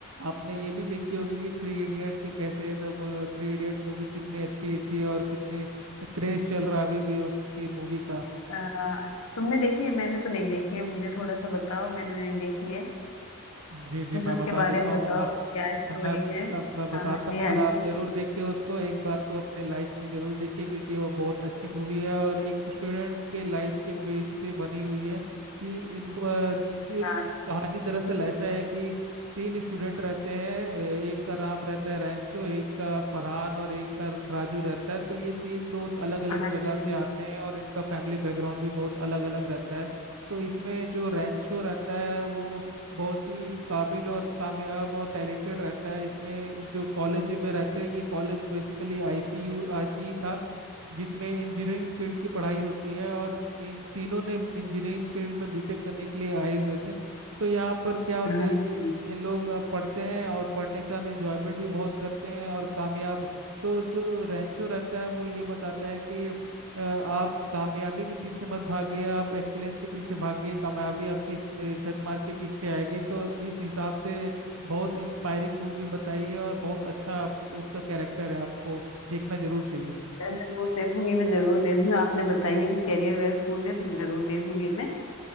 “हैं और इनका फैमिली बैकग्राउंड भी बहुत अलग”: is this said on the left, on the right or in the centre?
Right